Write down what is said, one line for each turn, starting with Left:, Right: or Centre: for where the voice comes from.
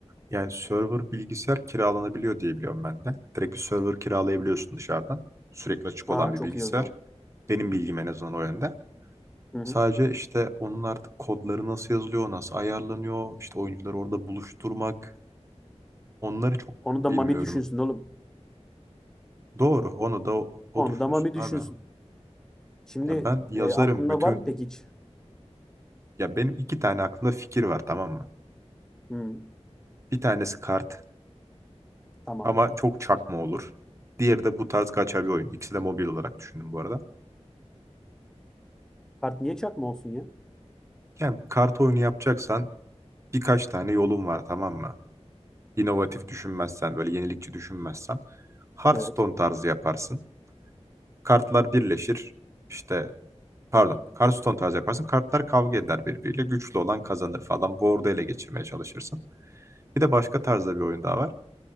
Right: Yani server bilgisayar kiralanabiliyor diye biliyorum ben de. Direkt bir server kiralayabiliyorsun dışarıdan. Sürekli açık
Centre: Aa
Right: olan bir
Centre: çok
Right: bilgisayar.
Centre: iyi o zaman.
Right: Benim bilgim en azından o yönde.
Centre: Hı hı.
Right: Sadece işte onun artık kodları nasıl yazılıyor, nasıl ayarlanıyor, işte oyuncuları orada buluşturmak. Onları çok
Centre: Onu
Right: bilmiyorum.
Centre: da Mami düşünsün oğlum.
Right: Doğru, onu da o, o
Centre: Onu
Right: düşünsün
Centre: da Mami düşünsün.
Right: abi.
Centre: Şimdi
Right: Ya ben yazarım
Centre: e, aklında
Right: bütün,
Centre: var mı peki hiç?
Right: ya benim iki tane aklımda fikir var tamam mı?
Centre: Hı,
Right: Bir tanesi kart.
Centre: tamam.
Right: Ama çok çakma olur. Diğeri de bu tarz gacha bir oyun. İkisi de mobil olarak düşündüm bu arada.
Centre: Kart niye çakma olsun ya?
Right: Yani kart oyunu yapacaksan birkaç tane yolun var tamam mı? İnovatif düşünmezsen, böyle yenilikçi düşünmezsen Hearthstone
Centre: Evet.
Right: tarzı yaparsın. Kartlar birleşir. İşte pardon, Hearthstone tarzı yaparsın. Kartlar kavga eder birbiriyle. Güçlü olan kazanır falan. Board'u ele geçirmeye çalışırsın. Bir de başka tarzda bir oyun daha var.